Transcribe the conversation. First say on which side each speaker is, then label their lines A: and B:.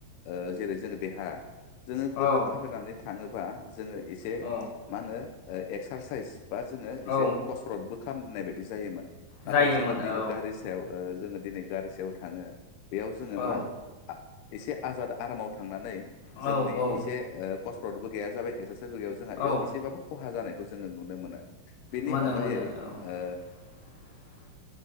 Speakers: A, on the left; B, on the left.
A: ओ जेरै जोङो देहा जोङो
B: औ
A: गोदो थााबायनानै थाङोबा जोङो एसे
B: औ
A: मा होनो एक्सारसाइस बा जोङो
B: औ
A: एसे कसरतबो खालामनाय बाय दि जायोमोन नाथाय
B: जायोमोन
A: जोङो
B: औ
A: दिनै गारि सायाव ओ जोङो दिनै गारि सायाव थाङो। बेयाव जोङो
B: औ
A: मा आ एसे आजाद आरामाव थांनानै
B: औ
A: जोंनि
B: औ
A: एसे ओ खस रतबो गैया जाबाय एक्सारसाइसबो एयाव बेयाव
B: औ
A: एसेबाबो खहा जानाय जोङो नुनो मोनो। बेनि
B: मोनो
A: अनगायै
B: मोनो औ
A: ओ
B: <inaudible>